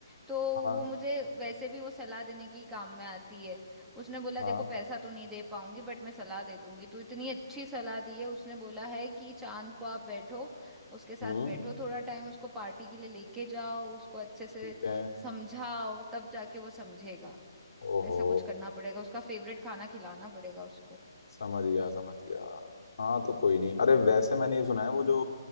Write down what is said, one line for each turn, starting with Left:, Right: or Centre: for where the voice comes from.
Centre: तो
Left: हाँ
Centre: वो मुझे वैसे भी वो सलाह देने की काम में आती है उसने बोला
Left: हाँ
Centre: देखो पैसा तो नहीं दे पाऊंगी बट मैं सलाह दे दूंगी तो इतनी अच्छी सलाह दी है उसने बोला है कि चांद को आप बैठो उसके साथ
Left: हम्म
Centre: बैठो थोड़ा टाइम उसको पार्टी के लिए लेके जाओ उसको अच्छे से
Left: ठीक है
Centre: समझाओ तब जाके वो समझेगा
Left: ओहो
Centre: ऐसा कुछ करना पड़ेगा उसका फेवरेट खाना खिलाना पड़ेगा उसको
Left: समझ गया समझ गया हाँ तो कोई नहीं अरे वैसे मैंने ये सुना है वो जो